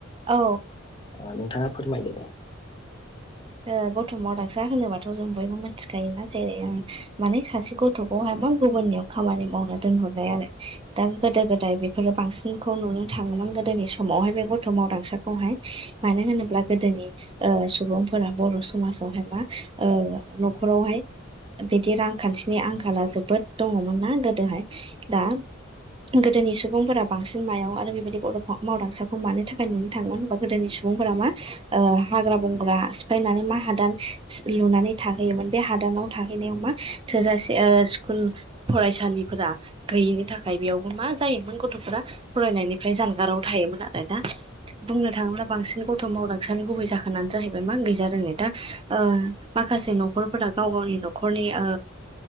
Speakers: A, on the right (about 25°); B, on the left (about 25°).
A: औ।
B: ओ नोंथाङा फोरमायदो दे
A: ओ गथ' मावदांसा होनोबाथ' जों बयबो मिथिखायोना जेरै माने सासे गथ'खौ हाय गुबुननियाव खामानि मावनो दोनहरनाय आरो दा गोदो गोदाय बेफोरो बांसिनखौ नुनो थाङोमोन गोदोनि समावहाय बे गथ' मावदांसाखौहाय मानो होनोब्ला गोदोनि ओ सुबुंफोरा बर' समाजावहाय मा ओ न'खरावहाय बिदि रांखान्थिनि आंखाला जोबोद दङमोन ना गोदोहाय दा गोदोनि सुबुंफोरा बांसिन मायाव आरो बेबायदि गथ' मावदांसाखौ मानो थाखाय नुनो थाङो होनबा गोदोनि सुबुं फोरा मा हाग्रा-बंग्रा सिफायनानै मा हादान लुनानै थाहैयोमोन बे हादानाव थाहैनायाव मा थोजासे स्कुल फरायसालिफोरा गैयैनि थाखाय बेयावबो मा जायोमोन गथ'फोरा फरायनायनिफ्राय जानगाराव थायोमोन आरो दा बुंनो थाङोब्ला बांसिन गथ' मावदांसानि गुबै जाहोन फोरानो जाहैबाय मा गैजा रोङै दा ओ माखासे न'खरफोरा गाव गावनि न'खरनि ओ